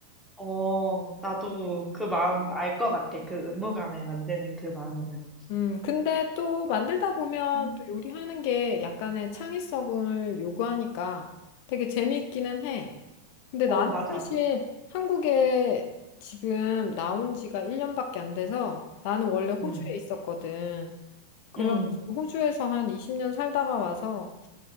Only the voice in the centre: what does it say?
어, 나도 그 마음 알 것 같아. 그 의무감에 만드는 그 마음을.
응.
어, 맞아.
응.
응.